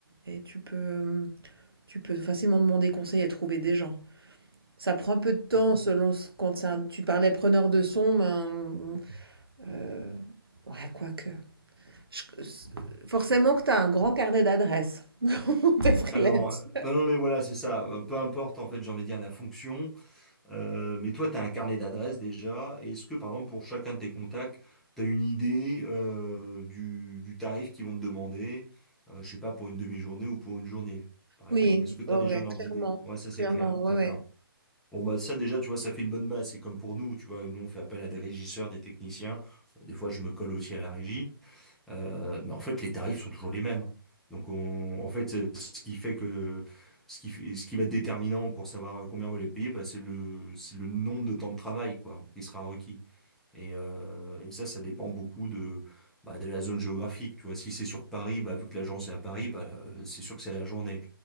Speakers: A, on the right; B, in the centre.
A: et tu peux, tu peux facilement demander conseil et trouver des gens. Ça prend un peu de temps
B: mhm.
A: selon ce- quand c'est un- tu parlais preneur de son, ben, euh, ouais, quoique. Je- euh, Forcément que tu as un grand carnet d'adresses <laughs> pour tes freelances.
B: Alors, euh, non, non, mais voilà, c'est ça. Euh, Peu importe, en fait, j'ai envie de dire la fonction. Euh, mais toi, tu as un carnet d'adresses déjà. Est-ce que, par exemple, pour chacun de tes contacts, tu as une idée euh, du, du tarif qu'ils vont te demander, euh, je sais pas, pour une demi-journée ou pour une journée, par
A: Oui,
B: exemple? Est-ce que tu
A: ouais,
B: as déjà
A: ouais,
B: un ordre
A: clairement.
B: d'idée? Ouais, ça c'est
A: Clairement,
B: clair,
A: ouais,
B: d'accord.
A: ouais.
B: Bon, bah ça déjà, tu vois, ça fait une bonne base. C'est comme pour nous, tu vois, nous on fait appel à des régisseurs, des techniciens. Bon, Des fois, je me colle aussi à la régie. Euh, mais en fait, les tarifs sont toujours les mêmes. Donc, on- en fait, ce qui fait que ce qui, fait- ce qui va être déterminant pour savoir combien on va les payer, bah, c'est le, c'est le nombre de temps de travail, quoi, qui sera requis. Et, euh, et ça, ça dépend beaucoup de, bah, de la zone géographique. Tu vois, si c'est sur Paris, bah, vu que l'agence est à Paris, bah, euh, c'est sûr que c'est à la journée.